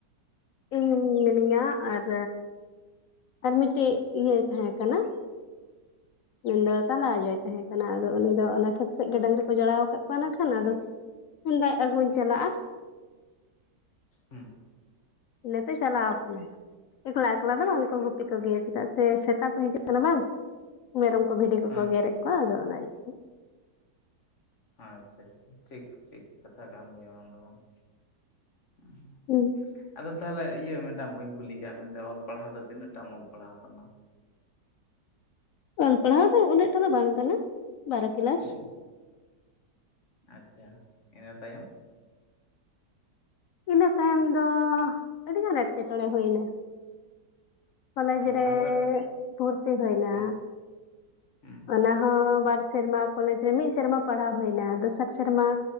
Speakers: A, on the left (about 75°); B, on the left (about 45°).
A: ᱤᱧ ᱢᱤᱱᱟᱹᱧᱟ ᱟᱨ ᱟᱨ ᱢᱤᱫᱴᱮᱡ ᱤᱭᱟᱹᱭ ᱛᱟᱦᱮᱸ ᱠᱟᱱᱟᱭ ᱢᱮᱱᱫᱚ ᱛᱟᱞᱟ ᱟᱭᱳᱭ ᱛᱟᱦᱮᱸ ᱠᱟᱱᱟ ᱟᱫᱚ ᱩᱱᱤ ᱫᱚ ᱚᱱᱟ ᱠᱷᱮᱛ ᱥᱮ ᱜᱮ ᱰᱟᱹᱝᱨᱤ ᱠᱚ ᱡᱚᱲᱟᱣ ᱟᱠᱟᱫ ᱠᱚᱣᱟ ᱱᱟᱜ ᱠᱷᱟᱱ ᱟᱫᱚ ᱢᱮᱱᱫᱟᱭ ᱟᱹᱜᱩᱧ ᱪᱟᱞᱟᱜᱼᱟ
B: ᱦᱩᱸ
A: ᱤᱱᱟᱹᱛᱮ ᱪᱟᱞᱟᱣ ᱠᱟᱱᱟᱭ ᱮᱠᱞᱟ ᱮᱠᱞᱟ ᱫᱚ ᱵᱟᱝᱠᱚ ᱜᱩᱯᱤ ᱠᱚᱜᱮᱭᱟ ᱪᱮᱫᱟᱜ ᱥᱮ ᱥᱮᱛ ᱥᱮᱛᱟ ᱠᱚ ᱦᱤᱡᱩᱜ ᱠᱟᱱᱟ ᱵᱟᱝ ᱢᱮᱨᱚᱢ ᱠᱚ ᱵᱷᱤᱰᱤ ᱠᱚᱠᱚ
B: ᱦᱮᱸ
A: ᱜᱮᱨᱮᱫ ᱠᱚᱣᱟ ᱟᱫᱚ ᱚᱱᱟ ᱤᱭᱟᱹᱛᱮ
B: ᱟᱪᱪᱷᱟ ᱟᱪᱪᱷᱟ ᱴᱷᱤᱠ ᱴᱷᱤᱠ ᱠᱟᱛᱷᱟ ᱠᱟᱱ ᱜᱮᱭᱟ ᱵᱟᱝ ᱫᱚ ᱵᱟᱝᱸ ᱦᱢ
A: ᱦᱩᱸ
B: ᱟᱫᱚ ᱛᱟᱦᱚᱞᱮ ᱤᱭᱟᱹ ᱢᱮᱰᱟᱢ ᱵᱟᱹᱧ ᱠᱩᱞᱤ ᱠᱟᱜ ᱢᱮᱭᱟ ᱚᱞ ᱯᱟᱲᱦᱟᱣ ᱫᱚ ᱛᱤᱱᱟᱹᱜ ᱴᱟᱢ ᱚᱞ ᱯᱟᱲᱦᱟᱣ ᱟᱠᱟᱱᱟ?
A: ᱚᱞ ᱯᱟᱲᱦᱟᱣ ᱫᱚ ᱩᱱᱟᱹᱜ ᱴᱟ ᱫᱚ ᱵᱟᱝ ᱠᱟᱱᱟ ᱵᱟᱨᱚ ᱠᱮᱞᱟᱥ
B: ᱚᱢ ᱟᱪᱪᱷᱟ ᱤᱱᱟ ᱛᱟᱭᱚᱢ
A: ᱤᱱᱟᱹ ᱛᱟᱭᱚᱢ ᱫᱚ ᱟᱹᱰᱤᱜᱟᱱ ᱮᱴᱠᱮᱴᱚᱬᱮ ᱦᱩᱭᱱᱟ ᱠᱚᱞᱮᱡᱽ
B: ᱟᱫᱚ
A: ᱨᱮ
B: ᱛᱟᱦᱚᱞᱮ
A: ᱵᱷᱩᱨᱛᱤ ᱦᱩᱭᱱᱟ
B: ᱦᱩᱸ ᱦᱩᱸ
A: ᱚᱱᱟᱦᱚᱸ ᱵᱟᱨ ᱥᱮᱨᱢᱟ ᱠᱚᱞᱮᱡᱽ ᱨᱮ ᱢᱤᱫ ᱥᱮᱨᱢᱟ ᱯᱟᱲᱦᱟᱣ ᱦᱩᱭᱱᱟ ᱫᱚᱥᱟᱨ ᱥᱮᱨᱢᱟ